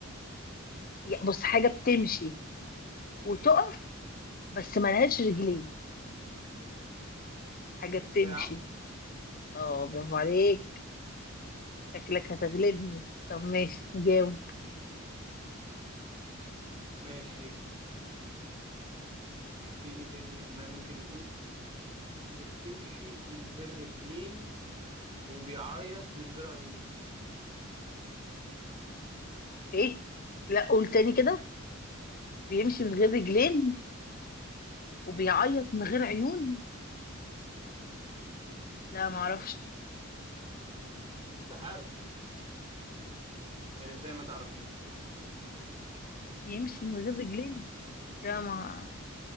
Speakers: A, on the left; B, on the right.
A: يا- بص حاجة بتمشي وتقف بس ملهاش رجلين حاجة بتمشي
B: الساعة
A: اه برافو عليك شكلك هتغلبني طب ماشي جاوب
B: ماشي في ايه تاني ما ممكن نقول اللي بتمشي من غير رجلين وبيعيط من غير عيون
A: ايه لا قول تاني كده بيمشي من غير رجلين وبيعيط من غير عيون لا ما اعرفش
B: السحابة آه، زي ما تعرفيش
A: يمشي من غير رجلين لا ما